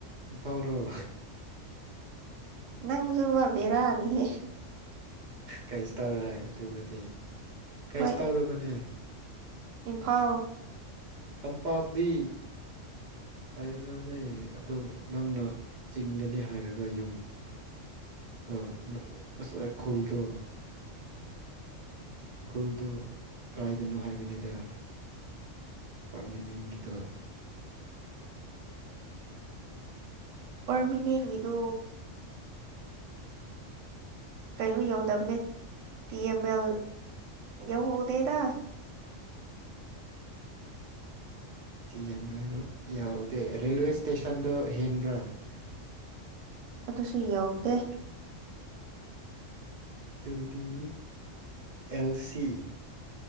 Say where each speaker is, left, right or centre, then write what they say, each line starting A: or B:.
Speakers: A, on the right (about 55°); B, on the right (about 80°).
A: ꯏꯝꯐꯥꯜ ꯔꯣꯜ
B: ꯅꯪꯁꯨꯨꯝ ꯋꯥꯕꯦꯔꯥꯅꯤꯍꯦ
A: ꯀꯩꯁꯨ ꯇꯧꯔꯦ ꯑꯗꯨꯕꯨꯗꯤ ꯀꯩꯁꯨ
B: ꯍꯣꯏ
A: ꯇꯧꯗꯕꯅꯦ
B: ꯏꯝꯐꯥꯜ
A: ꯇꯝꯄꯥꯛꯗꯤ ꯑꯥꯏ ꯑꯦꯝ ꯑꯦꯦꯝꯅꯦ ꯑꯗꯨ ꯅꯪꯅ ꯆꯤꯡꯗꯅꯦ ꯍꯥꯏꯔꯒ ꯌꯨꯝ ꯑ ꯑꯁ ꯈꯨꯜꯗꯣ ꯈꯨꯔꯗꯨ ꯀꯥꯏꯗꯅꯣ ꯍꯥꯏꯕꯅꯤꯗ ꯄꯔꯃꯅꯦꯟꯒꯤꯗ
B: ꯄꯔꯃꯤꯅꯦꯟ ꯏꯗꯨ ꯀꯩꯅꯣ ꯌꯧꯗꯕꯅꯦ ꯇꯤ ꯑꯦꯝ ꯑꯦꯜ ꯌꯧꯍꯧꯗꯦꯗ
A: ꯇꯤ ꯑꯦꯝ ꯑꯦꯜ ꯌꯥꯎꯗꯦ ꯔꯦꯜꯋꯦ ꯏꯁꯇꯦꯁꯟꯗꯣ ꯍꯦꯟꯕ꯭ꯔꯥ
B: ꯑꯗꯨꯁꯨ ꯌꯥꯎꯗꯦ
A: ꯑꯗꯨꯗꯤ ꯑꯦꯜ ꯁꯤ